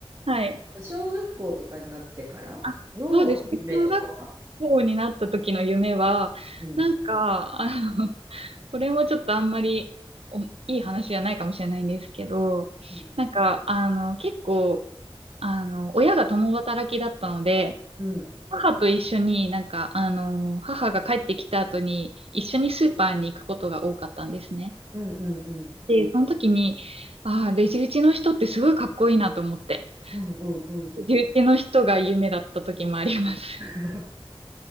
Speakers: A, on the right; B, on the right.
A: はい。
B: 小学校とかになってからの夢とかは
A: あ、そうですね。小学校になった時の夢は、
B: うん。
A: なんか、あの、<laughs> これもちょっとあんまりおいい話じゃないかもしれないんですけど、
B: うん。
A: なんか、あの、結構、あの、親が共働きだったので、
B: うん。
A: 母と一緒になんか、あの、母が帰ってきた後に一緒にスーパーに行くことが多かったんですね。
B: うんうんうん。
A: で、その時に、ああ、レジ打ちの人ってすごいかっこいいなと思って、
B: うんうんうん。う
A: レジ打ちの人が夢だった時もあります。
B: ん